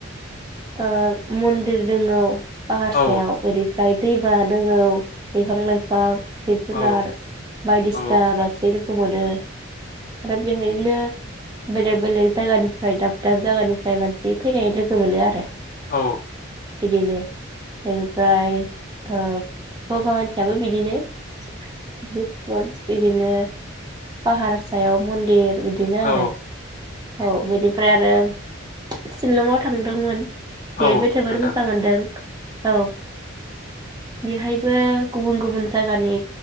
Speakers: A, on the right (about 20°); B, on the left (about 40°).
A: ओ मन्दिर दङो औ पाहारसायाव
B: औ
A: बिनिफ्राय दैमा दङो बिफां लाइफां जिब जुनार
B: औ
A: बायदिसिना
B: औ
A: मानसे होबावदो आरो बिहायनो बेलेग बेलेग जायगानिफ्राय दाब दाब जायगानिफ्राय मानसि फैनाय लोगो मोनो आ दे
B: औ
A: बिदिनो एनिफ्राय ओ बगा माथियाबो बिदिनो <unintelligible> <unintelligible> बिदिनो पाहार सायाव मन्दिर बिदिनो
B: औ
A: आरो औ बिनिफ्राय आरो शिलंआव थांदोंमोन
B: औ
A: बेहायबो जोबोर
B: नोंथां
A: मोजां मोनदों औ बेहायबो गुबुन गुबुन जायगानि